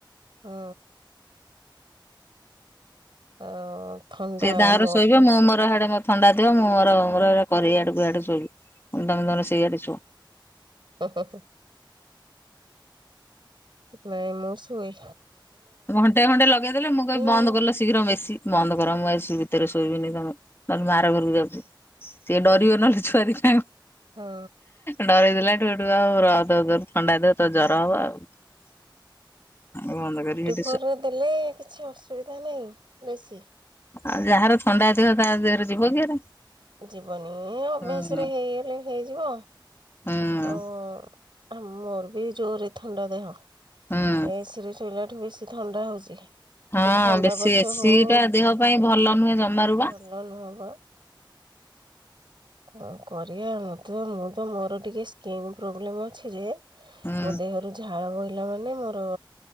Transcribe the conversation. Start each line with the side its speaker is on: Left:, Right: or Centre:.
Right: ହୁଁ। ଆଉ ଥଣ୍ଡା
Left: ସେ ଗାଁର
Right: ମୋର
Left: ଶୋଇବେ
Right: ତ
Left: ମୋ ମୋର ହାଡ ମୋର ଥଣ୍ଡା ଦିହ ମୁଁ ମୋର ମୋର କରେ ୟାଡକୁ ୟାଡେ ସେଇବି ତମେ ତମର ସେଇଆଡେ ସୁ
Right: ଓହୋ ହୋ। ନାଇଁ ମୁଁ ଶୁଇ
Left: ଘଣ୍ଟେ ଘଣ୍ଟେ ଲଗେଇଦେଲେ ମୁଁ କହି ବନ୍ଦ
Right: ଆଉ
Left: କଲ ଶୀଘ୍ର ବେଶୀ ବନ୍ଦ କର ମୁଁ ଭିତରେ ଶୋଇବନି ତମେ ନହେଲେ ମୁଆ ର ଘରକୁ ଯାଉଛି ସିଏ ଡରିବେ ନହେଲେ ଚୁଆଦିଟା।
Right: ହଁ।
Left: ଡ଼ରେଇଦେଲା ଠୁ ହେଟୁ ଥଣ୍ଡା ହେଦ ତ ଜର ହବ ଆଉ ବନ୍ଦ କର ସେ
Right: ପରେ ଦେଲେ କିଛି ଅସୁବିଧା ନାହିଁ ବେଶୀ
Left: ଆଉ ଯାହାର ଥଣ୍ଡା ଦେହ ତା ଦେହରେ ଯିବ କି ଏରା।
Right: ଯିବନି ଅଭ୍ୟାସ
Left: ହୁଁ।
Right: ରେ ହେଇଗଲେ ହେଇଯିବ
Left: ହୁଁ
Right: ଆଉ। ଆମ ମୋର ବି ଜୋରେ ଥଣ୍ଡା ଦେହ
Left: ହୁଁ
Right: ଏସିରେ ଶୋଇଲା ଠୁ ବେଶୀ ଥଣ୍ଡା ହଉଛି। ସେ
Left: ହଁ
Right: ଥଣ୍ଡା
Left: ବେଶୀ
Right: ପଛେ
Left: ଏସି
Right: ହଉ
Left: ଟା ଦେହ ପାଇଁ ଭଲ ନୁହେଁ ଜମାରୁ ବା।
Right: ଭଲ ନୁହପା। କଣ କରିବା ମତେ ମୁଁ ତ ମୋର ଟିକେ ସ୍କିନ୍ ପ୍ରୋବ୍ଲେମ୍ ଅଛି ଯେ ମୋ
Left: ହୁଁ
Right: ଦେହରୁ ଝାଳ ବ ପିଲାମାନେ ମୋର